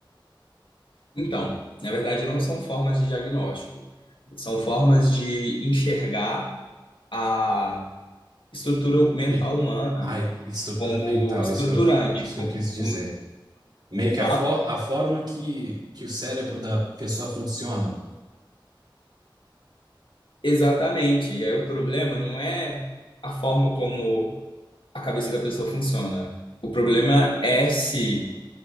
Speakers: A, on the left; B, on the right.
A: Então, na verdade, não são formas de diagnóstico, são formas de enxergar a estrutura mental
B: E,
A: humana
B: ah, e- estrutura
A: como
B: mental,
A: estruturante.
B: isso que eu, isso
A: como-
B: que eu quis
A: como-
B: dizer. Meio que
A: Ah,
B: a, for, a forma que, que o cérebro da pessoa funciona.
A: exatamente. E aí o problema não é a forma como a cabeça da pessoa funciona. O problema é se